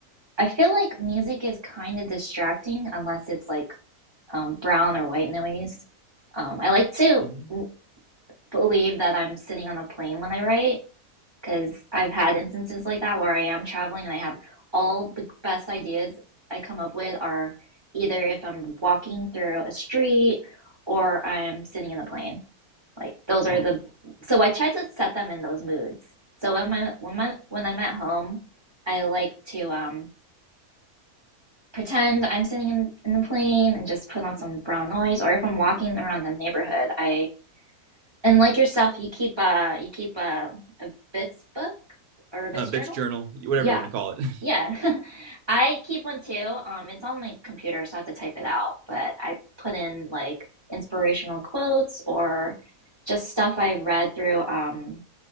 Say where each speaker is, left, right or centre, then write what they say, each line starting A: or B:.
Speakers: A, on the right; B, on the right.
A: I feel like music is kind of distracting unless it's like um, brown or white noise. Um, I like to
B: Mm-hmm.
A: w- believe that I'm sitting on a plane when I write because I've had instances like that where I am traveling and I have all the best ideas I come up with are either if I'm walking through a street or I'm sitting in a plane. Like those
B: Oh,
A: are the so I try to set them in those moods. So when my when my when I'm at home, I like to um pretend I'm sitting in, in the plane and just put on some brown noise, or if I'm walking around the neighborhood, I and like yourself, you keep a you keep a a bits book or a bits
B: uh, bitch
A: journal.
B: journal, whatever
A: Yeah,
B: you want to call it.
A: yeah, <laughs> I keep one too. Um, it's on my computer, so I have to type it out. But I put in like inspirational quotes or just stuff I've read through um